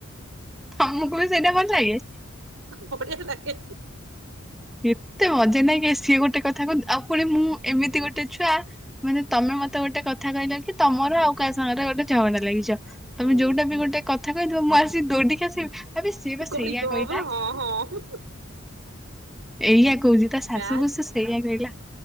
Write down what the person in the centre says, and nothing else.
ତମକୁ ବି ସେଇଟା ଭଲ ଲାଗେ?
ଏତେ ମଜାନାଗେ ସିଏ ଗୋଟେ କଥା କୁହନ୍ତି ଆଉ ଫୁଣି ମୁଁ ଏମିତି ଗୋଟେ ଛୁଆ ମାନେ ତମେ ମତେ ଗୋଟେ କଥା କହିଲ କି ତମର ଆଉ କାହା ସାଙ୍ଗରେ ଗୋଟେ ଝଗଡ଼ା ଲାଗିଚ। ତମେ
ଯୋଉଟା ବି ଗୋଟେ କଥା କହିଥିବ ମୁଁ ଆସି ଦୌଡ଼ିକି ଆସିବି ଆବେ ସିଏ ବା
ସେଇଆ କହିଲା
ଏଇଆ
କହୁଛି ତା ଶାଶୁକୁ ସେ ସେଇଆ କହିଲା